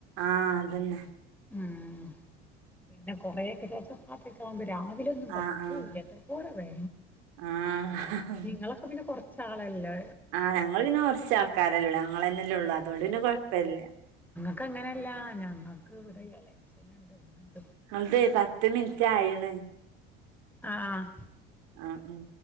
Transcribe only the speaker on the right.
ആഹ് അതന്നെ
ആഹ് ആഹ്
ആഹ്
ആഹ് ഞങ്ങൾ പിന്നെ കെറച്ച് ആൾക്കാരല്ലെ ഉള്ളോ ഞങ്ങളെന്നെല്ലെ ഉള്ളു ആ അതൊണ്ട് പിന്നെ കൊഴപ്പയില്ല
ന്തെ പത്ത് മിനിറ്റ് ആയിണ്
ആ ഉം